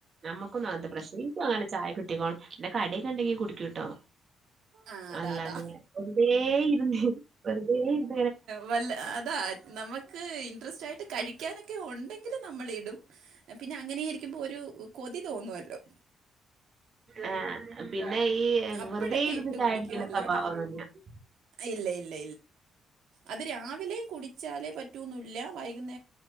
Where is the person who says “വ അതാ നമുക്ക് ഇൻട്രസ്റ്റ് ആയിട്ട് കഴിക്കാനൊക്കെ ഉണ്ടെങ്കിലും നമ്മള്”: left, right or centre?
Right